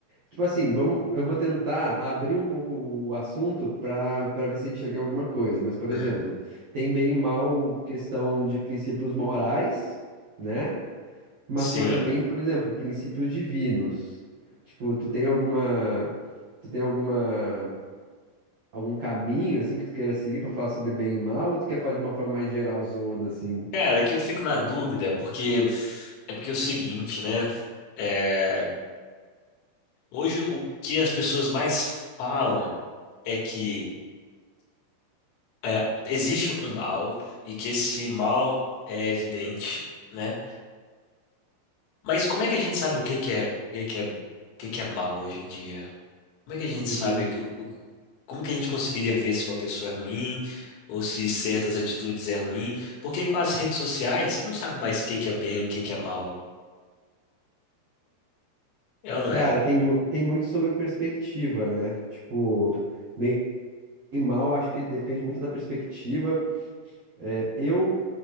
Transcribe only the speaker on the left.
Hum,
sim.
Cara, é que eu fico na dúvida, porque é porque é o seguinte, né? É, hoje o que as pessoas mais falam é que é, existe um mal e que esse mal é evidente, né? Mas como é que a gente sabe o que que é, o que que é, o que que é mal hoje em dia? Como é que a gente
sabe? o- o- o- Como que a gente conseguiria ver se uma pessoa é ruim ou se certas atitudes é ruim? Porque com as redes sociais, você não sabe mais o que que é bem, o que que é mal. É ou não é?